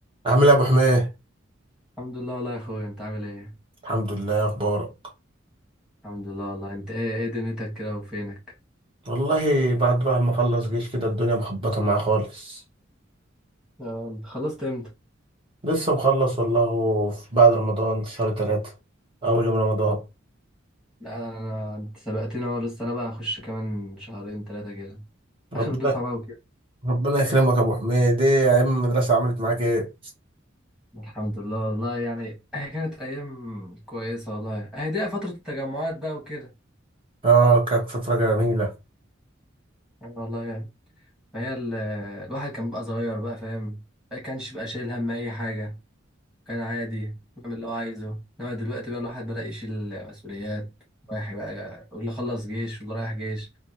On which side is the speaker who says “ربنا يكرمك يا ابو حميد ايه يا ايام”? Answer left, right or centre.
Right